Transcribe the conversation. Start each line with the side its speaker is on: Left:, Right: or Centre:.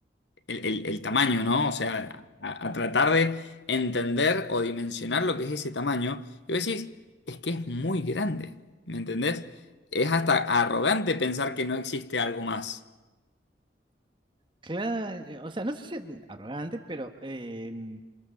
Left: el, el- el tamaño, ¿no? O sea, a, a tratar de entender o dimensionar lo que es ese tamaño. Y vos decís, es que es muy grande, ¿me entendés? Es hasta arrogante pensar que no existe algo más.
Right: claro, eh, o sea, no sé si arrogante, pero em,